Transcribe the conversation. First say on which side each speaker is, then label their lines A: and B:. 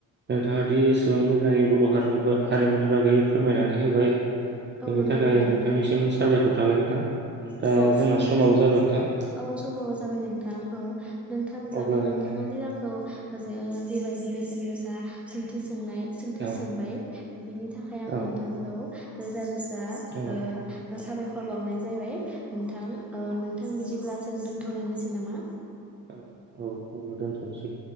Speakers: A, on the right (about 30°); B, in the centre.
A: नोंथाङा दि एसेबां मोजाङै बर' हारिनिबो हारिमुनि बागै फोरमायनानै होबाय।
B: औ
A: बेनि
B: नंगौ
A: थाखाय
B: नोंथां
A: नोंथांनिसिम साबायखर। खर थाबाय नोंथां। दा
B: औ
A: जोंना
B: नोंथां
A: समाबो जाबाय नोंथां
B: औ समाबो जाबाय नोंथां औ। नोंथांजों
A: अब्ला
B: नोंथाङा
A: जोङो
B: दि रां खौ जेबायदि बेसेन गोसा सोंथि सोंनाय सोंथि
A: औ
B: सोंबाय बिनि थाखाय आं
A: औ
B: नोंथांखौ रोजा रोजा
A: औ
B: ओ साबायखर बावनाय जायबाय नोंथां ओ नोंथां बिदिब्ला जोङो दोन्थ'लायनोसै नामा?
A: औ औ अब्ला दोनथ'नोसै।